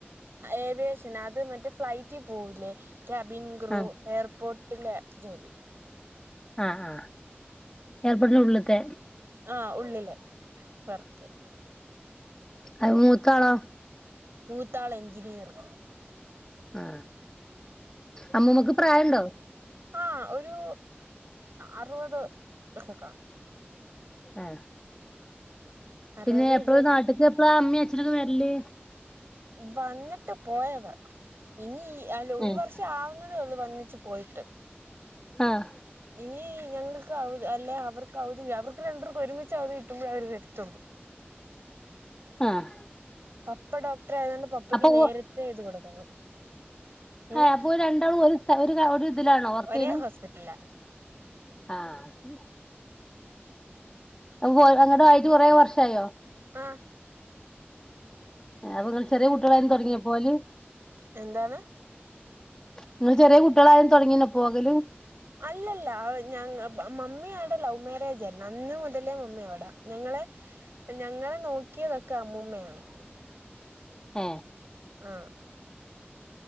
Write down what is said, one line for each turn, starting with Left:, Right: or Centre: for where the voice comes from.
Right: ഏവിയേഷൻ, അത് മറ്റേ ഫ്ലൈറ്റിൽ പോവില്ലേ, ക്യാബിൻ ക്രൂ
Left: ആഹ്
Right: എയർപോർട്ട് ഇള്ള ജോലി.
Left: ആ ആ ഏർപോട്ടിനുള്ളിലത്തെ
Right: ആ ഉള്ളില് വെറക്ക.
Left: അ മൂത്താളോ?
Right: മൂത്താളെഞ്ചിനീയറ്.
Left: ആ അമ്മൂമ്മക്ക് പ്രായംണ്ടോ?
Right: ആ ഒരു അറുപത് ഒക്കെക്കാണും.
Left: ആ
Right: അറുപത്
Left: പിന്നെ എപ്പളാ
Right: ഇരുപത്
Left: നാട്ടക്ക് എപ്പളാ അമ്മീ അച്ഛനക്കും വരല്?
Right: വന്നിട്ട് പോയതാ, ഇനി അല്ല ഒരു
Left: ഏഹ്
Right: വർഷം ആവുന്നതേ ഒള്ളൂ വന്നെച്ചു പോയിട്ട്.
Left: ആഹ്
Right: ഇനി ഞങ്ങക്ക് അവര് അല്ലെ അവർ കൗതുക അവർക്ക് രണ്ടെർക്കു ഒരുമിച്ച് അവധി കിട്ടുമ്പഴേ അവര് വരുത്തുള്ളു
Left: ആഹ്
Right: പപ്പ ഡോക്ടർ ആയതുകൊണ്ട് പപ്പയ്ക്ക്
Left: അപ്പൊ
Right: നേരത്തെ ഇത് കൊടുക്കണം
Left: ഹേ
Right: ഉം
Left: അപ്പോര് രണ്ടാളു ഒരു സ്ഥ ഒര് ത ഒര് ഇതിലാണോ വർക്ക്
Right: ഒരേ
Left: ചെയ്ണ്?
Right: ഹോസ്പിറ്റലാ
Left: ആ <unintelligible> അപ്പ പോയ്‌ അങ്ങടായിറ്റ് കൊറേ വർഷായോ?
Right: ആ
Left: ഏ അപ്പങ്ങള് ചെറിയേ കുട്ട്യേളായെരം തൊടങ്ങിയോ പോഅല്?
Right: എന്താണ്?
Left: നിങ്ങള് ചെറിയേ കുട്ട്യേളായെരം തൊടങ്ങീനോ പോകല്?
Right: അല്ലല്ല ഞങ്ങ മ മമ്മി ആൾടെ ലൗ മാരേജാര്ന്ന് അന്ന് മുതലേ മമ്മി അവടാ ഞങ്ങൾ ളെ ഞങ്ങളെ നോക്കിയതൊക്കെ അമ്മൂമ്മയാണ്
Left: ആ
Right: ആ